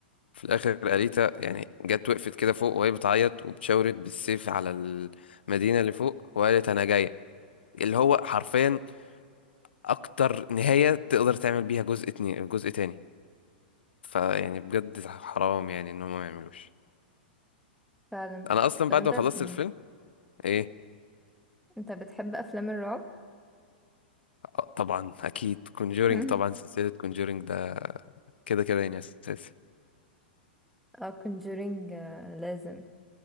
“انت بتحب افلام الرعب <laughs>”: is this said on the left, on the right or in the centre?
Centre